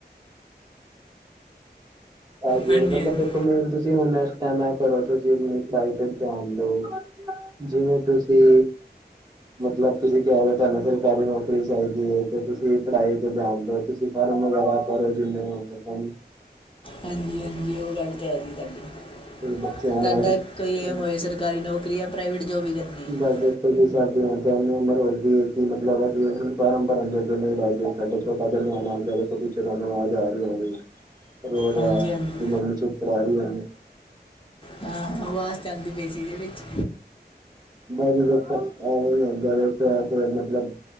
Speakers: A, on the right; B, on the left.
A: ਹਾਂ ਜੇੜੇ
B: ਹਾਂਜੀ
A: ਮਤਲਬ
B: ਹਾਂਜੀ
A: ਦੇਖੋ ਮੇਨ ਤੁਸੀ ਹੁਣ ਏਸ ਟੈਮ ਐ ਕਰੋ ਤੁਸੀ ਅਪਣੀ ਪੜਾਈ ਤੇ ਧਿਆਨ ਦੋ। ਜਿਵੇਂ ਤੁਸੀ ਮਤਲਬ ਤੁਸੀ ਕਿਹਾ ਵੇ ਤੁਹਾਨੂੰ ਸਰਕਾਰੀ ਨੌਕਰੀ ਚਾਹੀਦੀ ਹੈ ਤੇ ਤੁਸੀ ਪੜ੍ਹਾਈ ਤੇ ਧਿਆਨ ਦੋ ਤੁਸੀ ਫਾਰਮ ਵਗੈਰਾ ਭਰੋ ਜਿਨੇ ਹੋ ਸਕਣ।
B: ਹਾਂਜੀ ਹਾਂਜੀ ਓਹ ਗੱਲ ਤੇ ਹੈ ਜੀ ਤਾਡੀ।
A: ਬੱਚਿਆਂ ਨੇ
B: ਤਾਡਾ
A: ਅੱਜ
B: ਕੋਈ ਏਮ ਹੋਏ ਸਰਕਾਰੀ ਨੌਕਰੀ ਯਾ ਪ੍ਰਾਈਵੇਟ ਜੋ ਵੀ ਕਰਨੀ। ਹੈ
A: ਬ ਦੇਖੋ ਜੀ ਸਾਡੀ ਹੁਣ ਤੇ ਏਨੀ ਉਮਰ ਹੋ ਗਈ ਏ ਕਿ ਮਤਲਬ ਅਸੀ ਹੁਣ ਫਾਰਮ ਭਰਨ ਜੋਗੇ ਨੀ ਰਹਿ ਗਏ ਸਾਡੇ ਪਤਾ ਨੀ ਆਉਣਾ ਦੇਖੋ ਪਿੱਛੇ ਤੁਹਾਨੂੰ ਆਵਾਜ਼ ਆਰੀ ਹੋਣੀ। ਰੋ ਰਿਆ
B: ਹਾਂਜੀ ਹਾਂਜੀ
A: ਦੀ ਮੰਮੀ ਚੁਪ ਕਰਾ ਰੀ ਏਨੂੰ।
B: ਹਾਂ ਆਵਾਜ਼ ਤੇ ਆਂਦੀ ਪਈ ਸੀ ਏਦੇ ਚ
A: ਬ ਜੀ ਦੇਖੋ ਏਂਵੇ ਈ ਹੁੰਦਾ ਏ ਫੇਰ ਮਤਲਬ